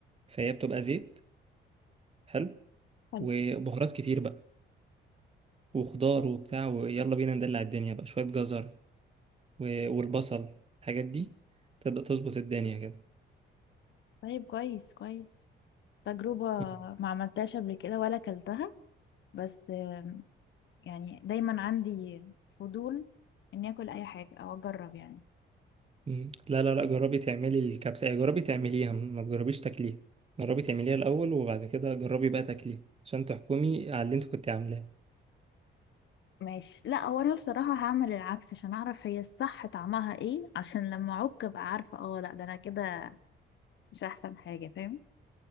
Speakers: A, on the right; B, on the left.
A: فهي بتبقى زيت حلو
B: حلو
A: وبهارات كتير بقى وخضار وبتاع ويلا بينا ندلع الدنيا بقى شوية جزر و- والبصل الحاجات دي تبدأ تظبط الدنيا كده
B: طيب كويس كويس تجربة
A: مم.
B: ما عملتهاش قبل كده ولا اكلتها بس آم، يعني دايما عندي فضول اني اكل اي حاجة او اجرب يعني
A: مم. لا لا لا جربي تعملي الكبسة يعني جربي تعمليها ما تجربيش تاكليها جربي تعمليها الأول وبعد كده جربي بقى تاكليها عشان تحكمي على اللي انت كنت عاملاه
B: ماشي لا هو انا بصراحة هعمل العكس عشان اعرف هي الصح طعمها ايه عشان لما اعك ابقى عارفة اه لا ده انا كده مش احسن حاجة فاهم